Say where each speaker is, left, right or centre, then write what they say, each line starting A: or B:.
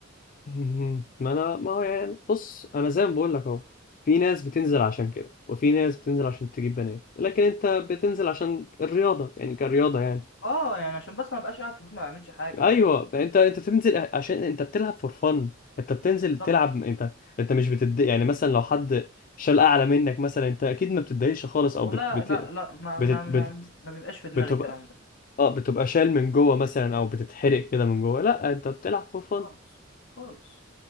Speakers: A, on the left; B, on the left.
A: مهم. ما انا ما هو يعني بص انا زي ما بقول لك اهو في ناس بتنزل عشان كده وفي ناس بتنزل عشان تجيب بنات لكن انت بتنزل عشان الرياضه يعني كرياضه يعني
B: اه يعني عشان بس ما بقاش قاعد في البيت ما بعملش حاجه
A: ايوه
B: برضو
A: انت انت بتنزل عشان انت بتلعب فور فن انت بتنزل
B: بالظبط
A: تلعب انت انت مش بتد يعني مثلا لو حد شال اعلى منك مثلا انت اكيد ما بتتضايقش خالص او
B: ولا
A: بت... بت...
B: لا لا ما
A: بت...
B: ما ما
A: بت...
B: ما بيبقاش في دماغي
A: بتبقى
B: الكلام ده
A: اه بتبقى شال من جوه مثلا او بتتحرق كده من جوه لا انت بتلعب فور فن
B: خالص خالص